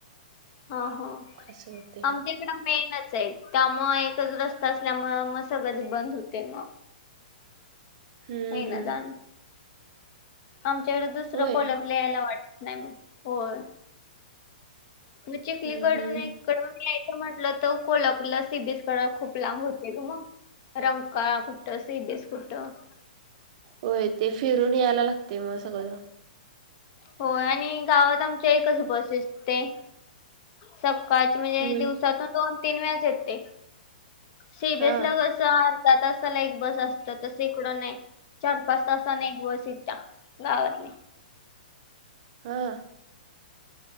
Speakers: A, on the left (about 45°); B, on the right (about 50°).
A: हा हो.
B: असं होतय.
A: आमच्या ड मेनच आहे. त्यामुळं एकच रस्ता असल्यामुळे मग सगळंच बंद होतंय मग.
B: हम्म
A: नाही
B: हम्म.
A: ना जा ना. आमच्याकडे दुसरं
B: होय.
A: कोलाप लयला वाटत नाही हो होय. मग चिखलीकडून
B: हम्म हम्म.
A: एककडून याय म्हंटल तर कोल्हापूरला सीबीएस करायला खूप लांब होते ग मग. रंका कुठं सी बी एस कुठं
B: होय ते फिरून यायला लागते मग सगळं.
A: होय आणि गावात आमच्या एकच बस असते. सकाळची म्हणजे
B: हम्म.
A: दिवसातून दोन तीन वेळाच येते. सी बी
B: हा
A: एस ला कसं अर्ध्या तासाला एक बस असतं तसं इकडं नाही. चार पाच तासाने एक बस येत्या गावातली.
B: हां.